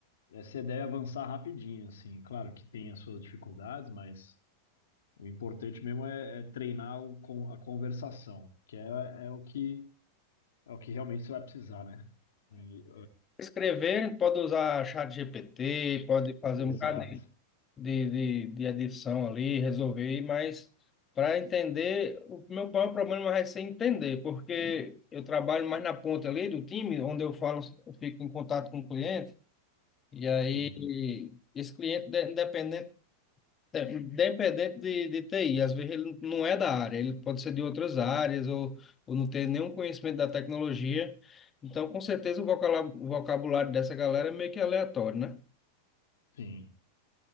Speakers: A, on the left; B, on the left.
A: e aí você deve avançar rapidinho, assim, claro que tem as suas dificuldades, mas o importante mesmo é, é treinar o, con- a conversação, que é, é o que é o que realmente você vai precisar, né? E,
B: Escrever, pode usar chat GPT, pode fazer
A: é,
B: um
A: exato.
B: bocado de, de, de adição ali, resolver, mas para entender, o meu maior problema vai ser entender, porque eu trabalho mais na ponta ali do time, onde eu falo, eu fico em contato com o cliente, e aí
A: Sim,
B: esse cliente, de- independente, independente de, de TI, às vezes ele não é da área, ele pode ser de outras áreas, ou, ou não ter nenhum conhecimento da tecnologia, então com certeza o vocala- o vocabulário dessa galera é meio que aleatório, né?
A: sim.